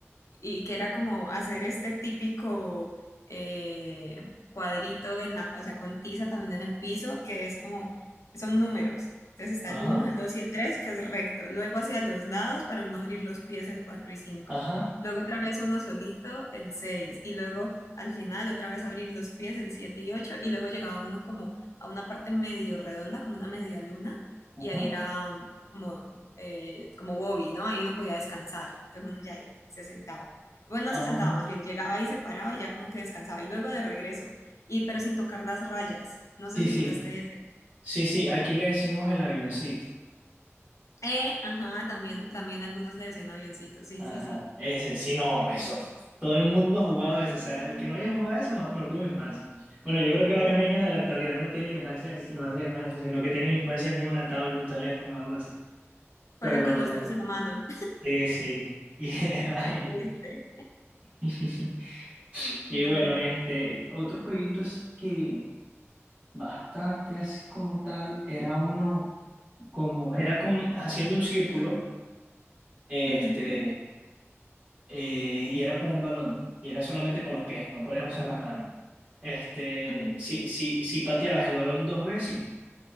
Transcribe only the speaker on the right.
Ajá,
ajá.
Ajá.
Ah.
Sí,
sí,
sí, sí, aquí le decimos el avioncito.
Ajá,
ese, sí, no, eso. Todo el mundo ha jugado eso, o sea, el que no haya jugado eso no, no tuvo infancia. Bueno, yo creo que varios niños de la actualidad no tienen infancia, infancia con eso, sino que tienen infancia con una tabla, un teléfono o algo así. Pero,
sí, sí, <laughs> y de
vaina.
<laughs> Y
bueno, este, otro jueguito así que bastante así como tal, era uno, como, era con, haciendo un círculo, este.
eh, y era con un balón, y era solamente con los pies, no podías usar las manos. Este,
si, si, si pateabas el balón dos veces,